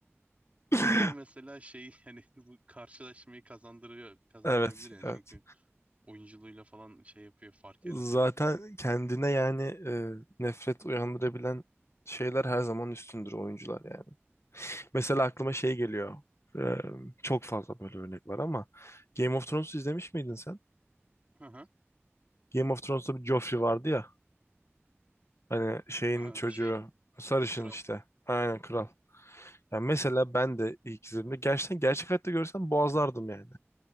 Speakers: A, on the left; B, on the right.
A: <laughs>
B: O bile mesela şey <laughs> hani bu karşılaşmayı kazandırıyor, kazandırabilir
A: Evet,
B: yani
A: evet.
B: çünkü oyunculuğuyla falan şey yapıyor, fark yaratıyordu.
A: Zaten kendine yani e, nefret uyandırabilen şeyler her zaman üstündür oyuncular yani. Mesela aklıma şey geliyor. E, çok fazla böyle örnek var ama Game of Thrones'u izlemiş miydin sen?
B: Hı hı.
A: Game of Thrones'ta bir Joffrey vardı ya. Hani şeyin
B: Aha,
A: çocuğu
B: şey
A: sarışın
B: kral.
A: işte. Aynen kral. Yani mesela ben de ilk izlediğimde gerçekten gerçek hayatta görsem boğazlardım yani.